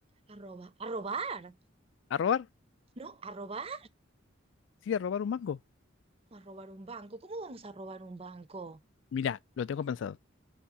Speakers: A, on the right (about 30°); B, on the left (about 65°).
A: a robar, a robar,
B: ¿A robar?
A: ¿no? A robar,
B: Sí, a robar un banco.
A: a robar un banco. ¿Cómo vamos a robar un banco?
B: Mira, lo tengo pensado.